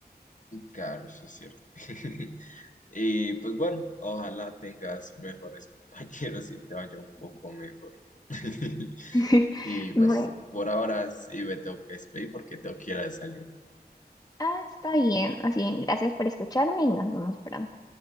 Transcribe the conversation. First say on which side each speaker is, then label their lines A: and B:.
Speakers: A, on the left; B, on the left.
A: Claro, eso es cierto. <laughs> Y pues bueno, ojalá tengas mejores <laughs> compañeros y te vaya un poco mejor. <laughs>
B: <laughs>
A: Y pues
B: Bueno,
A: por ahora sí me tengo que despedir porque tengo que ir a desayunar.
B: ah, está bien. Así, bien, gracias por escucharme y nos vemos pronto.